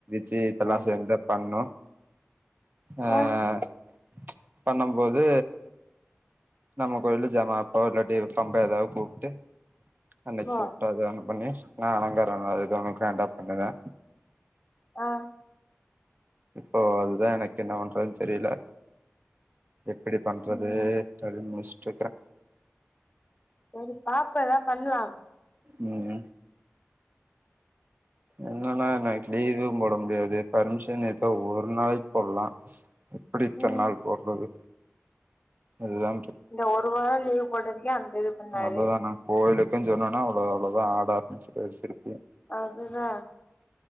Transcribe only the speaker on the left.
ஆ
ஆ
ஓ
ஆ
ம்
செரி பாப்போ ஏதா பண்லா
ம்
இந்த ஒரு வார லீவ் போடுறதுக்கே அந்த இது பண்ணாரு
அதுதா